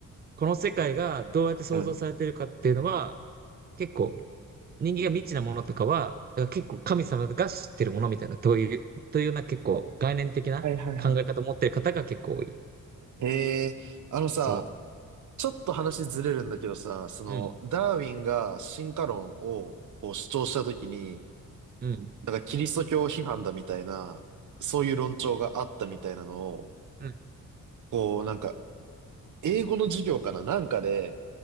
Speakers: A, on the right; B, on the right.
A: この世界がどうやって創造されてるかっていうのは、
B: うん。
A: 結構人間が未知なものとかは、だから結構神様が知ってるものみたいな、という、というような結構概念的な考え方を持ってる方が結構多い。
B: はいはいはい。へえ、あのさ、
A: そ
B: ちょっと話ずれるんだけどさ、その、
A: う。うん、
B: ダーウィンが進化論をこう主張したときに、
A: うん、
B: なんかキリスト教批判だみたいな、そういう論調があったみたいなのを、
A: うん。
B: こう、なんか、英語の授業かななんかで、